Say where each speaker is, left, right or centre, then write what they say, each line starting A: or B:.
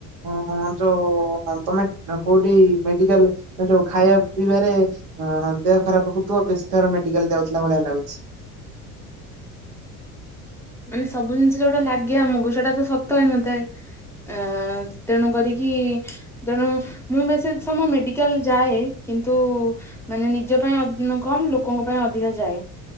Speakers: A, on the right; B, in the centre.
A: ଅ ଯୋଉ ତମେ କୋଉଠି ମେଡିକାଲ ଯୋଉ ଖାଇବା ପିଇବାରେ ଅ ଦେହ ଖରାପ ହଉଥିବ ବେଶୀ ଥର ମେଡିକାଲ ଯାଉଥିଲା ଭଳିଆ ଲାଗୁଛି।
B: ମାନେ ସବୁ ଜିନିଷ ଯୋଉଟା ଲାଗେ ଆମକୁ ସେଇଟା ତ ସତ ହେଇନଥାଏ। ଅ ତେଣୁ କରିକି ଯେଣୁ ମୁଁ ବେଶୀ ସମୟ ମେଡିକାଲ ଯାଏ କିନ୍ତୁ ମାନେ ନିଜ ପାଇଁ ଅ କମ୍ ଲୋକଙ୍କ ପାଇଁ ଅଧିକା ଯାଏ।